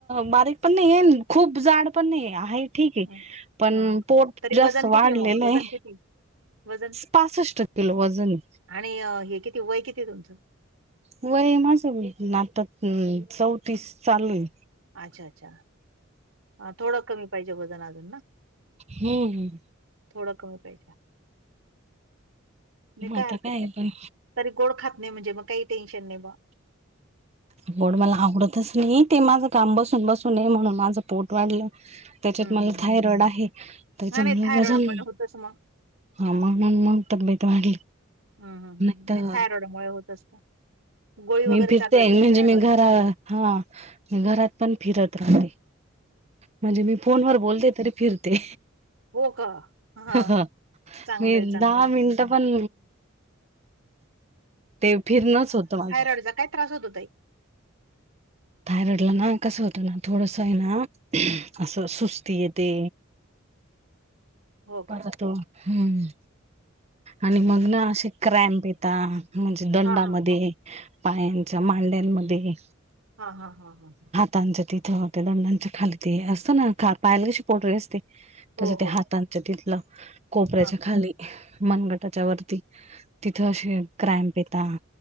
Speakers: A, on the right; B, on the right.
A: बारीक पण नाहीये खूप जाड पण नाहीये, आहे ठीक ए
B: हं.
A: पण
B: हां.
A: पोट
B: तरी
A: जास्त
B: वजन
A: वाढलेलं
B: किती ए मग वजन
A: आहे
B: किती? वजन?
A: पासष्ट किलो वजन आहे.
B: <inaudible> आणि हे किती वय किती तुमचं?
A: वय माझं आता चौतीस चालू ए.
B: अच्छा! अच्छा! थोडं कमी पाहिजे वजन अजून ना?
A: हम्म.
B: थोडा कमी पाहिजे. <inaudible> नाही
A: मग
B: काय
A: आता
B: हरकत नाही,
A: पण
B: तरी गोड खात नाही म्हणजे मग काही टेन्शन नाही बा.
A: गोड मला आवडतच नाही ते माझ काम बसून-बसून ए, म्हणून माझं पोट वाढलं. त्याच्यात
B: हं, हं,
A: मला
B: हं.
A: थायरॉड आहे, त्याच्यामुळे
B: हां, नाही थायरॉइडमुळे
A: वजन त्या
B: होतच मग.
A: हा मण मग तब्येत वाढली
B: हं, हं, हं.
A: नाही तर
B: थायरॉइडमुळे होत असतं. गोळी वगैरे
A: मी फिरते
B: चालू असेल
A: म्हणजे
B: ना थायरॉइडची?
A: मी घर हा मी घरात पण फिरत राहते म्हणजे मी फोनवर बोलते तरी फिरते
B: हो का? हां,
A: ह हा
B: चांगलं
A: मी
B: आहे, चांगलं
A: दहा
B: आहे.
A: मिनट तो पण ते फिरणंच होत माझं--त्या
B: थायरॉईडचा काय त्रास होत ताई??
A: थायरॉइडला ना कसं होतं ना थोडस ए ना असं सुस्ती येते
B: हो
A: पाजतो,
B: का?
A: हम्म आणि मग ना असे क्रॅम्प देता म्हणजे दंडामध्ये
B: हां, हां.
A: पायांचा मांड्यांमध्ये
B: हा हा हा हा
A: म्हणजे तिथंते, दंडांच्या खाली ते अस ना पायला कशी पोटरी असते,
B: हो,
A: तसे ते
B: हो.
A: हातने तिथलं, कोपऱ्याच्या
B: हां.
A: खाली मनगटाच्या वरती, तिथं असे क्रॅम्प येतात